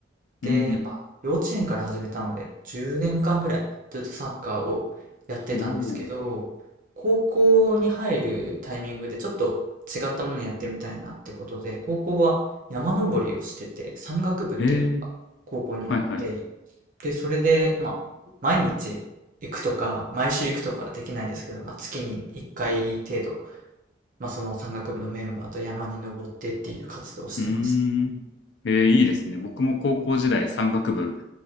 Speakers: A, on the right; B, on the left.
A: で、
B: うん。
A: まあ、幼稚園から始めたので、10年間ぐらいずっとサッカーをやってたんですけど、
B: おお。
A: 高校に入るタイミングでちょっと違ったものやってみたいなってことで、高校は山登りをしてて、山岳部っていうのが高校にあって、
B: へえ。はいはい
A: で、それで、まあ、毎日行くとか、毎週行くとかはできないんですけど、まあ、月に1回程度、まあ、その山岳部のメンバーと山に登ってっていう活動をしてました。
B: うーん。えー、いいですね。僕も高校時代山岳部